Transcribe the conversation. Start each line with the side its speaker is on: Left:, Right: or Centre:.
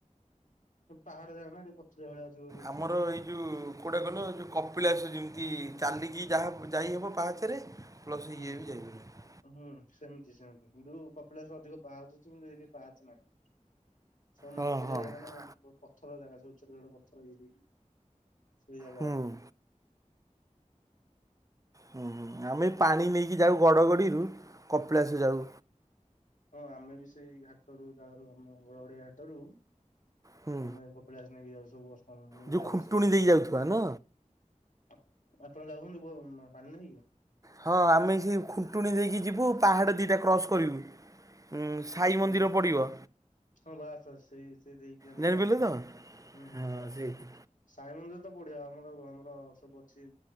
Left: ପାହାଡ ଜାଗା ନା ସେଠୀ ପଥ ଯାଗା ଗୋଟେ ଅଛି।
Right: ଆମର ଏଇ ଯୋଉ କେଉଟା କହିଲ ଯେଉଁ କପିଳାସ ଯେମିତି ଚାଲିକି ଯାହା ଯାଇହବ ପାହାଚରେ ପ୍ଲସ୍
Left: ହୁଁ।
Right: ଇଏ ବି ଯାଇପାରିବ
Left: ହୁଁ ସେମିତି ସେମିତି କିନ୍ତୁ କପିଳାସରେ ଅଧିକ ପାହାଚ ଅଛି କିନ୍ତୁ ଏଠି ପାହଚ ନାହିଁ। ସବୁ
Right: ହଁ
Left: ମାଟିଟେ
Right: ହଁ
Left: ମାନେ ବୁ ପଥର ଜାଗା ସେ ଛୋଟ ଛୋଟ ପଥର ଇଏ ହେଇଚି ସେଇ ଜାଗାର।
Right: ହୁଁ ହୁଁ ଆମେ ପାଣି ନେଇକି ଯାଉ ଗଡ଼ଗଡ଼ିରୁ କପିଳାସ ଯାଉ।
Left: ହଁ ଆମେ ବି ସେଇ ଘାଟରୁ ଯାଉ ଆମ ଘରଡିଆ ଘାଟରୁ
Right: ହୁଁ
Left: ଆମେ କ ପଲାସ ନେଇକି ଯାଉଚି ସବୁ <inaudible> ମୁଁ
Right: ଯେଉଁ
Left: ଯାଉଚି।
Right: ଖୁଣ୍ଟୁଣି ଦେଇକି ଯାଉଥିବା ନା
Left: ଅ ଆପଣ ଯାଉଚନ୍ତି ପାଣି ନେଇକି?
Right: ହଁ ଆମେ ସେ ଖୁଣ୍ଟୁଣି ଦେଇକି ଯିବୁ ପାହାଡ଼ ଦିଇଟା କ୍ରସ୍ କରିବୁ। ହୁଁ ସାଇ
Left: ହୁଁ
Right: ମନ୍ଦିର ପଡ଼ିବ।
Left: ହଁ ବାସ୍ ବାସ ସେଇ ସେଇ ଦେଇକି ଆମେ
Right: ଜାଣିପାରିଲେ
Left: ଯାଉଚୁ
Right: ତ
Left: ହୁଁ
Right: ହଁ
Left: ହୁଁ ବାସ୍।
Right: ସେଇଠି
Left: ସାଇ ମନ୍ଦିର ତ ବଢିଆ ଆମର ଆମର ସବୁ ଅଛି।